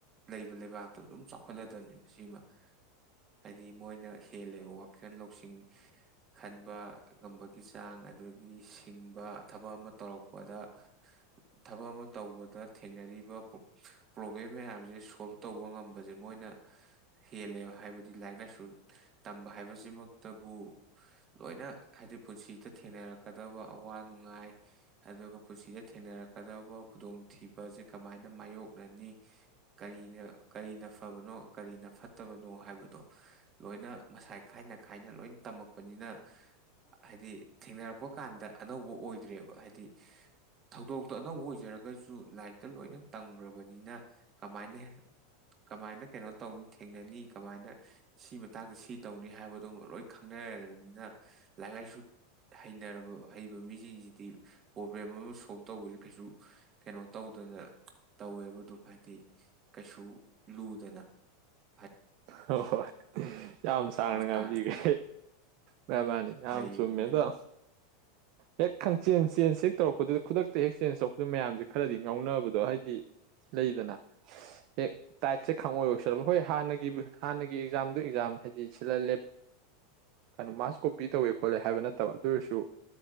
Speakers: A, on the right; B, on the right.
A: ꯂꯩꯕ ꯂꯩꯕꯥꯛꯇꯣ ꯑꯗꯨꯝ ꯆꯥꯎꯈꯠꯂꯗꯝꯕꯅꯤ ꯃꯁꯤꯃ ꯍꯥꯏꯗꯤ ꯃꯣꯏꯅ ꯍꯦꯜꯂꯦꯕ ꯋꯥꯈꯜ ꯂꯧꯁꯤꯡ ꯈꯟꯕ ꯉꯝꯕꯒꯤ ꯆꯥꯡ ꯑꯗꯒꯤ ꯁꯤꯡꯕ ꯊꯕꯛ ꯑꯃ ꯇꯧꯔꯛꯄꯗ ꯊꯕꯛ ꯑꯃ ꯇꯧꯕꯗ ꯊꯦꯡꯅꯔꯤꯕ ꯄ꯭ꯔꯣꯕ꯭ꯂꯦꯝ ꯃꯌꯥꯝꯁꯦ ꯁꯣꯜꯕ ꯇꯧꯕ ꯉꯝꯕꯁꯦ ꯃꯣꯏꯅ ꯍꯦꯜꯂꯦꯕ ꯍꯥꯏꯕꯗꯤ ꯂꯥꯏꯔꯤꯛ ꯂꯥꯏꯁꯨ ꯇꯝꯕ ꯍꯥꯏꯕꯁꯤꯃꯛꯇꯕꯨ ꯂꯣꯏꯅ ꯍꯥꯏꯗꯤ ꯄꯨꯟꯁꯤꯗ ꯊꯦꯡꯅꯔꯛꯀꯗꯕ ꯑꯋꯥ ꯅꯨꯡꯉꯥꯏ ꯑꯗꯨꯒ ꯄꯨꯟꯁꯤꯗ ꯊꯦꯡꯅꯔꯛꯀꯗꯕ ꯈꯨꯗꯣꯡꯊꯤꯕꯁꯦ ꯀꯃꯥꯏꯅ ꯃꯥꯌꯣꯛꯅꯅꯤ ꯀꯔꯤꯅ ꯀꯔꯤꯅ ꯐꯕꯅꯣ ꯀꯔꯤꯅ ꯐꯠꯇꯕꯅꯣ ꯍꯥꯏꯕꯗꯣ ꯂꯣꯏꯅ ꯃꯁꯥꯏ ꯈꯥꯏꯅ ꯈꯥꯏꯅ ꯂꯣꯏ ꯇꯝꯃꯛꯄꯅꯤꯅ ꯍꯥꯏꯗꯤ ꯊꯦꯡꯅꯔꯛꯄ ꯀꯥꯟꯗ ꯑꯅꯧꯕ ꯑꯣꯏꯗ꯭ꯔꯦꯕ ꯍꯥꯏꯗꯤ ꯊꯧꯗꯣꯛꯇꯣ ꯑꯅꯧꯕ ꯑꯣꯏꯖꯔꯒꯁꯨ ꯂꯥꯏꯔꯤꯛꯇ ꯂꯣꯏꯅ ꯇꯝꯈ꯭ꯔꯕꯅꯤꯅ ꯀꯃꯥꯏꯅ ꯀꯃꯥꯏꯅ ꯀꯩꯅꯣ ꯇꯧꯅꯤ ꯊꯦꯡꯅꯅꯤ ꯀꯃꯥꯏꯅ ꯁꯤ ꯃꯇꯥꯡꯗ ꯁꯤ ꯇꯧꯅꯤ ꯍꯥꯏꯕꯗꯣ ꯂꯣꯏ ꯈꯪꯅꯔꯕꯅꯤꯅ ꯂꯥꯏꯔꯤꯛ ꯂꯥꯏꯁꯨ ꯍꯩꯅꯔꯕꯕ ꯍꯩꯕ ꯃꯤꯁꯤꯡꯁꯤꯗꯤ ꯄ꯭ꯔꯣꯕ꯭ꯂꯦꯝ ꯑꯃ ꯁꯣꯜꯕ ꯇꯧꯕꯁꯦ ꯀꯩꯁꯨ ꯀꯩꯅꯣ ꯇꯧꯗꯅ ꯇꯧꯋꯦꯕ ꯑꯗꯨꯝ ꯍꯥꯏꯗꯤ ꯀꯩꯁꯨ ꯂꯨꯗꯅ ꯐꯩ
B: ꯍꯣꯏ ꯍꯣꯏ ꯌꯥꯝꯝ ꯁꯅ
A: ꯆꯥꯡꯁꯦ
B: ꯀꯝꯕꯤꯒ ꯃꯦꯃ ꯑꯝ
A: ꯂꯩꯕꯅꯤꯅ
B: ꯆꯨꯝꯃꯦꯗ ꯍꯦꯛ ꯈꯪꯆꯦꯟ ꯆꯦꯟꯖ ꯍꯦꯛ ꯇꯧꯔꯛꯄꯗꯨꯗ ꯈꯨꯗꯛꯇ ꯍꯦꯛ ꯆꯦꯟꯖ ꯇꯧꯔꯛꯄꯗꯨꯗ ꯃꯌꯥꯝꯁꯦ ꯈꯔꯗꯤ ꯉꯥꯎꯅꯕꯗꯣ ꯍꯥꯏꯗꯤ ꯂꯩꯗꯅ ꯍꯦꯛ ꯇꯥꯏꯠꯁꯦ ꯈꯪꯉꯏ ꯑꯣꯏꯁꯜꯂ ꯍꯣꯏ ꯍꯥꯟꯅꯒꯤ ꯍꯥꯟꯅꯒꯤ ꯑꯦꯛꯖꯥꯝꯗꯨ ꯑꯦꯛꯖꯥꯝ ꯍꯥꯏꯗꯤ ꯁꯤꯜꯍꯜꯂꯦ ꯀꯩꯅꯣ ꯃꯥꯔꯁ ꯀꯣꯄꯤ ꯇꯧꯋꯦ ꯈꯣꯠꯂꯦ ꯍꯥꯏꯕ ꯅꯠꯇꯕ ꯑꯗꯨ ꯑꯣꯏꯔꯁꯨ